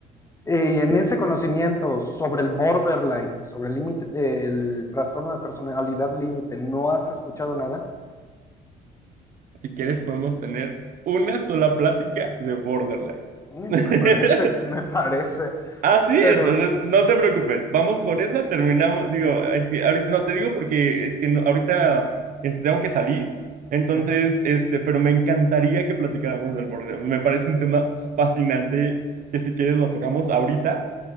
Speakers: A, on the left; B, on the right.
A: Eh, Y en ese conocimiento sobre el borderline, sobre el límite, el trastorno de personalidad límite, ¿no has escuchado nada?
B: si quieres podemos tener una sola plática de Borderline. <laughs>
A: Mm, me parece, <laughs> me parece,
B: ah, sí,
A: pero
B: entonces no te preocupes, vamos por esa, terminamos, digo, es que ahorita- no te digo porque es que no- ahorita este, tengo que salir, entonces,
A: ujú.
B: este, pero me encantaría que platicáramos del Borderline, me parece un tema fascinante que si quieres lo tocamos ahorita,